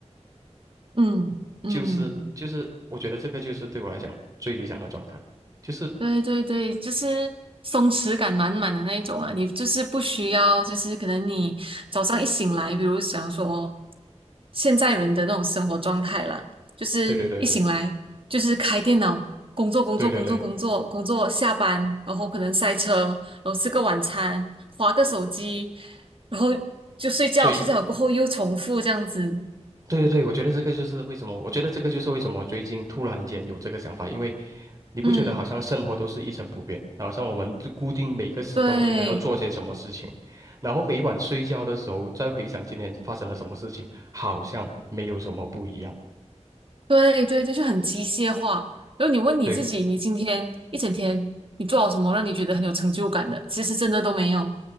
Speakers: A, on the right (about 50°); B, on the right (about 30°).
A: 嗯嗯。嗯
B: 就是就是我觉得这个就是对我来讲最理想的状态，就是
A: 对对对，就是松弛感满满的那一种啊，你就是不需要，就是可能你早上一醒来，比如想说现在人的那种生活状态啦，就是一醒来就是开电脑工作工作工作工作工作，
B: 对对对对对对对对，
A: 下班然后可能塞车，然后吃个晚餐，划个手机，然后就睡觉，
B: 最
A: 睡觉过后又重复这样子，
B: 对对对，我觉得这个就是为什么，我觉得这个就是为什么最近突然间有这个想法，因为你不觉得好像生活都是一成不变，
A: 嗯，
B: 好像我们就固定每个时段应该要做些什么事情，
A: 对。
B: 然后每晚睡觉的时候再回想今天发生了什么事情，好像没有什么不一样。
A: 对对对，就很机械化。然后你问你自己，
B: 对，
A: 你今天一整天你做了什么让你觉得很有成就感的？其实真的都没有。